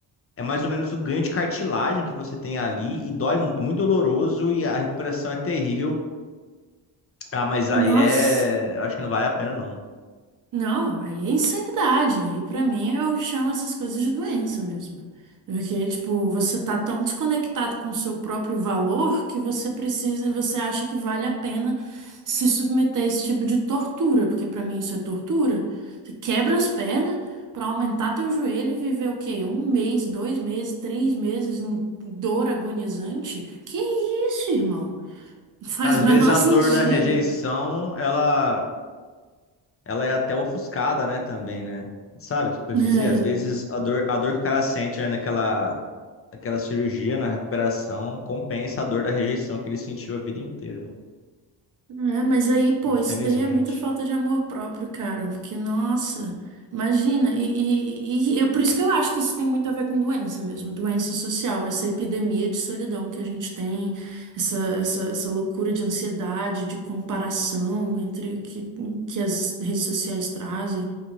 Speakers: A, on the left; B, on the right.
A: é mais ou menos um ganho de cartilagem que você tem ali e dói, mu- é muito doloroso e a recuperação é terrível. Ah, mas
B: Nossa.
A: aí é, eu acho que não vale a pena não.
B: Não, aí é insanidade. Aí pra mim eu chamo essas coisas de doença mesmo. Porque, tipo, você tá tão desconectado com o seu próprio valor que você precisa, você acha que vale a pena se submeter a esse tipo de tortura, porque pra mim isso é tortura. Você quebra as pernas pra aumentar teu joelho e viver o quê? Um mês, dois meses, três meses em dor agonizante? Que isso, irmão? Não faz
A: Às
B: o menor
A: vezes a
B: <laughs> sentido.
A: dor da rejeição, ela ela é até ofuscada, né, também, né? Sabe o que eu quis
B: É.
A: dizer? Às vezes a dor, a dor que o cara sente né, naquela aquela cirurgia, na recuperação, compensa a dor da rejeição que ele sentiu a vida inteira, né?
B: É, mas aí, pô,
A: Infelizmente,
B: isso daí é muita falta de amor próprio, cara. Porque, nossa, imagina. E, e, e- e eu, por isso que eu acho que isso tem muito a ver com doença mesmo, doença social, essa epidemia de solidão que a gente tem, essa, essa, essa loucura de ansiedade, de comparação entre que, que as redes sociais trazem.